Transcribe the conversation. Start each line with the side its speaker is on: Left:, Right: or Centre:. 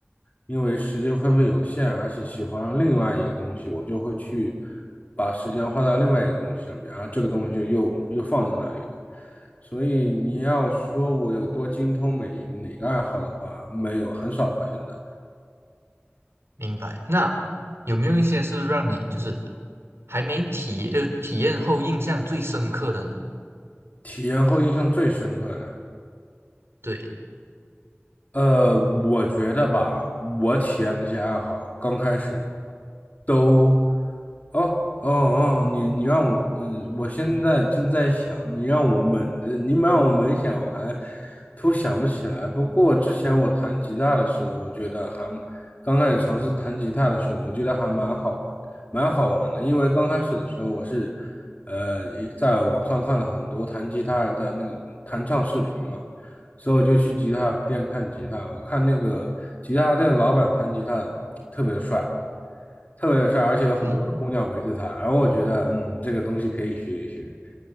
Left: 因为时间分配有限，而且喜欢上另外一个东西，我就会去把时间花到另外一个东西上面，然后这个东西就又又放在那里了。所以你要说我有多精通每一个哪个爱好的话，没有，很少吧，现在。
Right: 明白。那有没有一些是让你就是还没体呃体验后印象最深刻的呢？
Left: 体验后印象最深刻的。
Right: 对，
Left: 呃，我觉得吧，我体验这些爱好刚开始都，哦哦哦，你你让我，嗯，我现在正在想，你让我猛的，你让我猛想，我还突想不起来。不过之前我弹吉他的时候，我觉得还刚开始尝试弹吉他的时候，我觉得还蛮好玩，蛮好玩的。因为刚开始的时候，我是呃一在网上看了很多弹吉他的那个弹唱视频嘛。所以我就去吉他店看吉他。我看那个吉他店老板弹吉他特别的帅，特别的帅，而且有很多的姑娘围着他。
Right: 嗯，
Left: 然后我觉得，嗯，这个东西可以学一学，